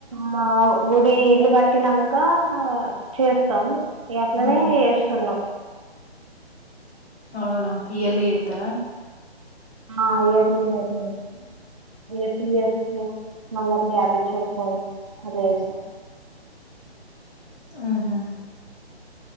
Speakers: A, on the right (about 30°); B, on the left (about 70°).
A: మా ఉడి ఇల్లు కట్టినంక చేస్తాం. ఇగ అట్లనే
B: మ్
A: చేస్తున్నాం.
B: అవునా ఈయర్లీ చేత్తరా
A: ఆ ఇయర్లీ ఇయర్లీ చేస్తాం, ఇగ త్రీ ఇయర్స్ కి మల్ల గ్యాప్ ఇచ్చి ఒకసారి అట్లచేస్తం.
B: ఆహా